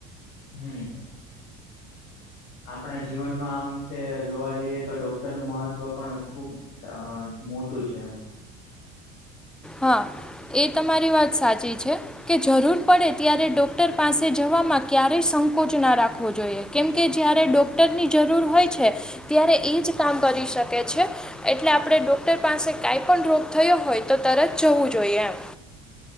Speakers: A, on the left; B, in the centre.
A: હમ્મ. આપણા જીવનમાં આમ તે જોવા જઈએ તો ડોક્ટરનું મહત્વ પણ ખુબ <unintelligible> મોટું છે એમ.
B: હા. એ તમારી વાત સાચી છે. કે જરૂર પડે ત્યારે ડૉક્ટર પાસે જવામાં ક્યારેય સંકોચ ના રાખવો જોઈએ. કેમ કે જ્યારે ડૉક્ટરની જરૂર હોય છે ત્યારે ઈ જ કામ કરી શકે છે. એટલે આપણે ડોક્ટર પાસે કાંઈ પણ રોગ થયો હોય તો તરત જવું જોઈએ એમ.